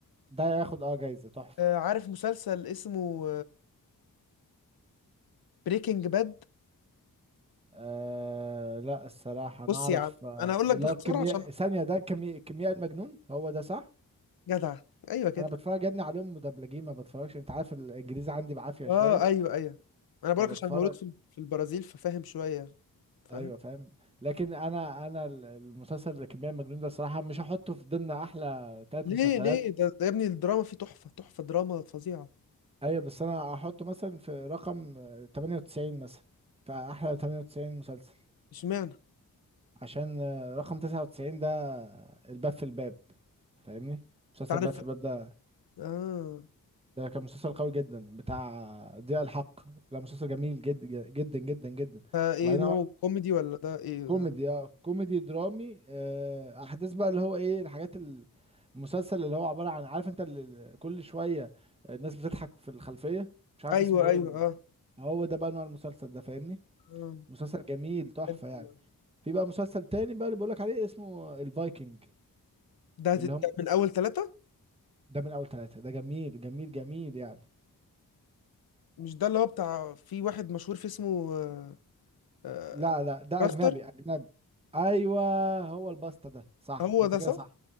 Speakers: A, on the right; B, on the left.
A: ده ياخد اه جايزة تحفة
B: آه عارف مسلسل اسمه بريكنج باد
A: آه لا الصراحة انا
B: بص
A: اعرف
B: يا عم
A: آه،
B: انا هقول لك
A: اللي
B: باختصار
A: هو الكيمياء
B: عشان
A: ثانية ده كيمياء كيمياء المجنون هو ده صح
B: جدع ايوه كده
A: انا بتفرج يا ابني عليهم مدبلجين ما بتفرجش انت عارف الانجليزي عندي بعافية شوية
B: اه ايوه ايوه انا بقولك
A: فبتفرج
B: عشان مولود في في البرازيل ففاهم شويه فاهم
A: ايوه فاهم لكن انا انا ال- المسلسل الكمية المجنون ده الصراحه مش هحطه في ضمن احلى ثلاث
B: ليه
A: مسلسلات
B: ليه ده, ده يا ابني الدراما فيه تحفه تحفه دراما فظيعه
A: ايوه بس انا هحطه مثلا في رقم آه، 98 مثلا في احلى 98 مسلسل
B: اشمعنى
A: عشان آه، رقم 99 ده الباب في الباب فاهمني مسلسل
B: تعرف
A: باب في الباب ده
B: اه
A: ده كان مسلسل قوي جدا بتاع ضياء الحق لا مسلسل جميل جدا جدا جدا جدا
B: ده ايه
A: وبعدين
B: نوعه
A: هو-
B: كوميدي ولا ده ايه ده
A: كوميدي اه كوميدي درامي آه، احداث بقى اللي هو ايه الحاجات ال- المسلسل اللي هو عبارة عن عارف انت اللي كل شوية الناس بتضحك في الخلفية مش عارف
B: ايوه
A: اسمه
B: ايوه
A: ايه
B: اه
A: هو ده بقى نوع المسلسل ده فاهمني
B: آه،
A: مسلسل جميل تحفة
B: حلو
A: يعني
B: والله
A: في بقى مسلسل تاني بقى اللي بقولك عليه اسمه الفايكنج
B: ده
A: اللي هم
B: ده
A: الناس
B: من اول ثلاثة
A: ده من اول ثلاثة ده جميل جميل جميل يعني
B: مش ده اللي هو بتاع في واحد مشهور فيه اسمه آه، آه،
A: لا لا ده
B: راستر
A: اجنبي اجنبي ايوه هو الباستا ده صح
B: هو
A: انت
B: ده
A: كده
B: صح
A: صح